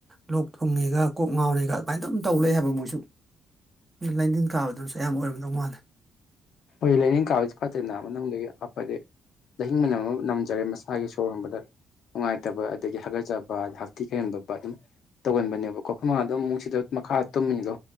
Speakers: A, on the right; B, on the left.
A: ꯂꯣꯛ ꯊꯨꯡꯉꯒ ꯀꯣꯛ ꯉꯥꯎꯅꯤꯒ ꯑꯗꯨꯃꯥꯏꯅ ꯑꯗꯨꯝ ꯇꯧ ꯂꯩ ꯍꯥꯏꯕ ꯃꯣꯏꯁꯨ ꯂꯥꯏꯗꯤꯟ ꯀꯥꯕꯗꯝꯁꯨ ꯑꯌꯥꯝꯕ ꯑꯣꯏꯔꯝꯗꯧ ꯃꯥꯜꯂꯦ
B: ꯍꯣꯏ ꯂꯥꯏꯅꯤꯡ ꯀꯥꯁ ꯐꯠꯇꯅ ꯃꯅꯨꯡꯗꯒꯤ ꯍꯥꯞꯄꯗꯤ ꯂꯍꯤꯡ ꯃꯝ ꯑꯃ ꯅꯝꯖꯔꯦ ꯃꯁꯥꯒꯤ ꯁꯣꯔ ꯍꯣꯟꯕꯗ ꯅꯨꯡꯉꯥꯏꯇꯕ ꯑꯗꯒꯤ ꯍꯥꯀꯠꯆꯕ ꯀꯩꯒꯕ ꯑꯗꯨꯝ ꯇꯧꯒꯟꯕꯅꯦꯕꯀꯣꯈ ꯑꯗꯨꯝ ꯑꯃꯨꯛꯁꯤꯗ ꯃꯈꯥꯗ ꯇꯨꯝꯃꯤꯅꯤꯗꯣ